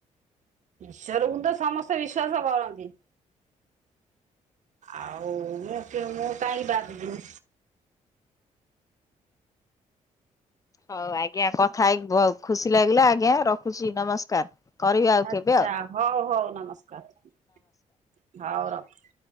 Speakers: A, on the right (about 60°); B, on the left (about 25°).
A: ଈଶ୍ୱରକୁ ତ ସମସ୍ତେ ବିଶ୍ୱାସ କରନ୍ତି। ଆଉ ମୁଁ ମୁଁ କହିଁ ବାଦ ଜିମି?
B: ହଉ ଆଜ୍ଞା କଥା ହେଇକି ବୋ ଖୁସି ଲାଗିଲା ଆଜ୍ଞା ରଖୁଚି ନମସ୍କାର। କରିବି ଆଉ
A: ଆଛା
B: କେବେ ଆଉ
A: ହଉ ହଉ ନମସ୍କାର ହଉ ରଖ।